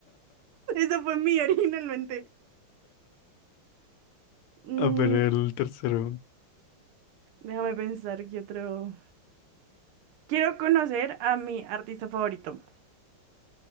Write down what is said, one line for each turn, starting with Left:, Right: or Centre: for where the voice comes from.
Right: Eso fue mío originalmente. Mm,
Left: A ver, el tercero.
Right: déjame pensar qué otro. Quiero conocer a mi artista favorito.